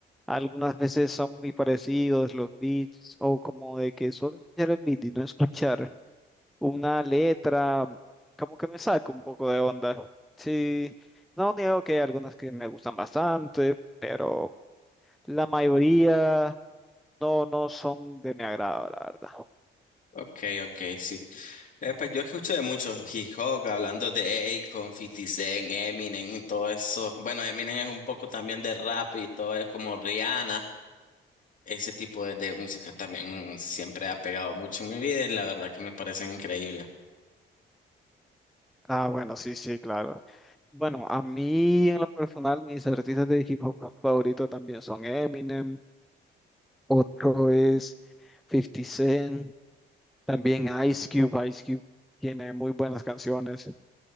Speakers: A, in the centre; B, on the left (about 40°).
A: Algunas veces son muy parecidos los beats, o como de que solo escuchar el beat y no escuchar una letra, como que me saca un poco de onda. Sí, no niego que hay algunas que me gustan bastante, pero la mayoría no, no son de mi agrado, la verdad.
B: Ok, ok, sí. Eh, pues yo escucho de muchos hip hop, hablando de Akon, Fifty Cent, Eminem y todo eso. Bueno, Eminem es un poco también de rap y todo es como Rihanna. Ese tipo de, de música también siempre ha pegado mucho en mi vida y la verdad que me parecen increíbles.
A: Ah, bueno, sí, sí, claro. Bueno, a mí en lo personal, mis artistas de hip hop favoritos también son Eminem. Otro es Fifty Cent, también Ice Cube. Ice Cube tiene muy buenas canciones,